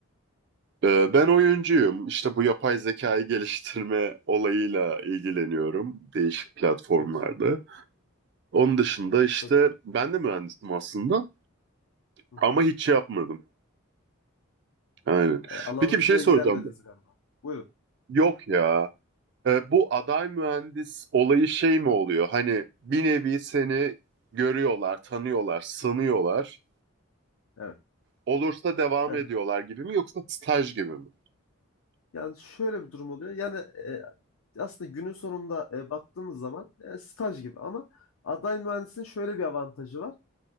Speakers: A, on the right; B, on the left.
A: e, ben oyuncuyum. İşte bu yapay zekayı geliştirme olayıyla ilgileniyorum değişik platformlarda.
B: Çok güzel.
A: Onun dışında işte
B: Çok güzel.
A: ben de mühendisim aslında
B: Hı
A: ama
B: hı.
A: hiç şey yapmadım. Aynen.
B: E, alanınızla
A: Peki bir şey soracağım.
B: ilgilenmediniz galiba. Buyurun.
A: Yok ya. E, bu aday mühendis olayı şey mi oluyor? Hani bir nevi seni görüyorlar, tanıyorlar, sanıyorlar.
B: Evet.
A: Olursa devam
B: Yani
A: ediyorlar gibi mi yoksa staj gibi mi?
B: Yani şöyle bir durum oluyor. Yani e, aslında günün sonunda e, baktığımız zaman e, staj gibi ama aday mühendisin şöyle bir avantajı var.